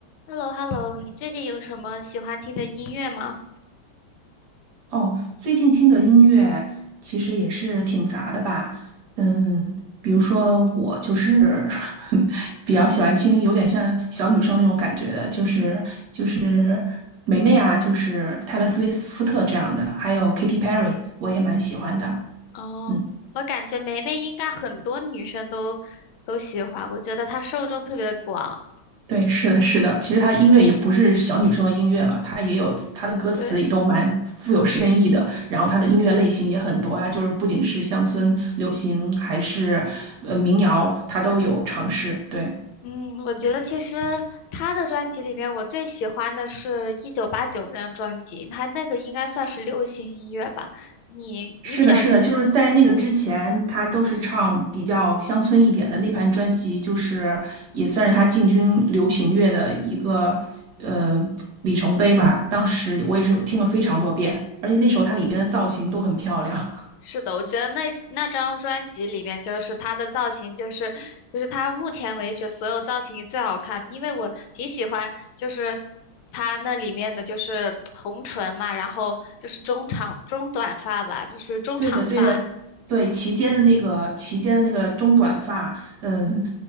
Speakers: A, on the left; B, on the right.
A: h e l l o h e l l o 你最近有什么喜欢听的音乐吗？
B: 哦，最近听的音乐其实也是挺杂的吧，嗯，比如说我就是 <laughs> 比较喜欢听有点像小女生那种感觉的，就是就是霉霉啊，就是泰勒·斯威夫特这样的，还有 Katy Perry，我也蛮喜欢的。
A: 哦，
B: 嗯。
A: 我感觉梅梅应该很多女生都都喜欢，我觉得她受众特别的广。
B: 对，是的，是的。其实她音乐也不是小女生的音乐了，她也有她的歌词也都蛮富有深意的。
A: 对，
B: 然后她的音乐类型也很多啊，就是不仅是乡村流行，还是呃民谣，她都有尝试。对，
A: 嗯，我觉得其实她的专辑里面，我最喜欢的是《一九八九那张专辑，她那个应该算是流行音乐吧。你你比较喜，
B: 是的，是的，就是在那个之前，
A: 嗯，
B: 她都是唱比较乡村一点的。那盘专辑就是也算是她进军流行乐的一个呃里程碑吧。当时我也是听了非常多遍，而且那时候她里边的造型都很漂亮。
A: 是的，我觉得那那张专辑里面，就是她的造型，就是就是她目前为止所有造型里最好看，因为我挺喜欢，就是她那里面的就是红唇嘛，然后就是中长中短发吧，就是中长发，
B: 对的，对的，对齐肩的那个齐肩的那个中短发，嗯，